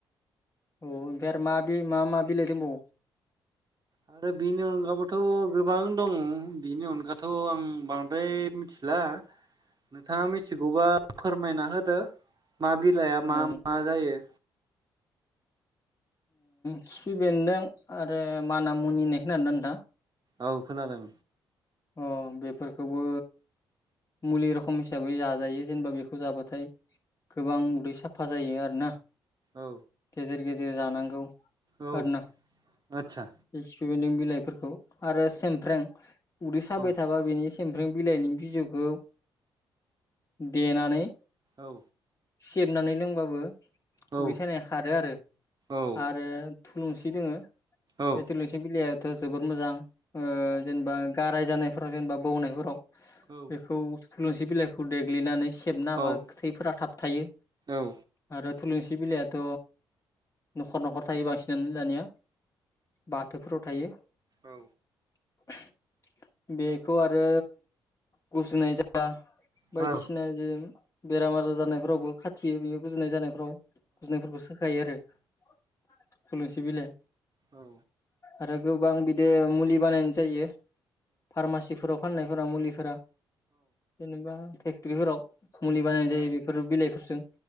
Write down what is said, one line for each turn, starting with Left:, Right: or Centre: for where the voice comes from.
Left: औ ओमफ्राय आरो मा बे मा मा बिलाइ दंबावो?
Right: आरो बेनि अनगाबोथ' गोबां दं बिनि अनगाथ' आं बांद्राय मिथिला नोंथाङा मिथिगौबा फोरमायना होदो। मा बिलाइआ मा
Left: औ
Right: मा जायो।
Left: खिफि बेन्दों आरो माना मुनि होनाय खोनादोंना नोंथां?
Right: औ खोनादों।
Left: अह बेफोरखौबो मुलि रखम हिसाबै जाजायो जेनेबा बेखौ जाबाथाय गोबां उदै साफा जायो आरोना।
Right: औ
Left: गेजेर गे जेर जानांगौ।
Right: औ
Left: आरोना
Right: आच्छा।
Left: बे खिफि बेन्दों बिलाइफोरखौ। आरो सेमफ्रें। उदै साबाय
Right: औ
Left: थाबा बिनि समफ्रें बिलाइनि बिजौखौ देनानै
Right: औ।
Left: सेबनानै लोंबाबो
Right: औ
Left: उदै सानाया खारो आरो
Right: औ
Left: आरो थुलुंसि दोङो।
Right: औ
Left: बे थुलुसि बिलाया थ' जोबोर मोजां। ओ जेनेबा गाराय जानायफोराव जेनेबा बौनायफोराव
Right: औ
Left: बेखौ थुलुसि बिलाइखौ देग्लिनानै सेबना हाबा
Right: औ
Left: थैफोरा थाब थायो
Right: औ
Left: आरो थुलुनसि बिलायाथ'' न'खर न'खर थायो बांसिन यानो दानिया बा थौफोराव थायो।
Right: औ।
Left: <unintelligible> बेखौ आरो गुजुनाय जाया बायदिसिनाजों
Right: ओम ओम
Left: बेराम आजार जानायफ्रावबो खाथियो बेयो गुजुनाय जानायफ्राव। गुजुनायफोरखौ सोखायो आरो। थुलुनसि बिलाय।
Right: औ।
Left: आरो गोबां बिदि मुलि बानायनाय जायो। फारमासिफोराव फाननायफोरा मुलिफोरा जेनेबा ग्रिहोराव। मुलि बानायनाय जायो बेफोर बिलाइ जों